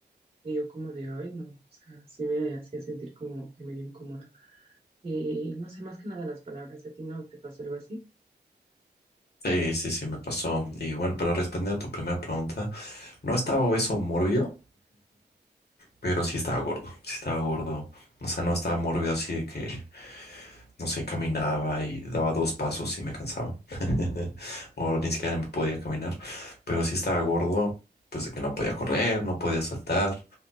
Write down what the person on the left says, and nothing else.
Sí, sí, sí, me pasó. Y bueno, pero respondiendo a tu primera pregunta, no estaba obeso mórbido, pero sí estaba gordo. Sí estaba gordo. O sea, no estaba mórbido así de que no sé, caminaba y daba dos pasos y me cansaba. <laughs> O ni siquiera me podía caminar. Pero sí estaba gordo, pues de que no podía correr, no podía saltar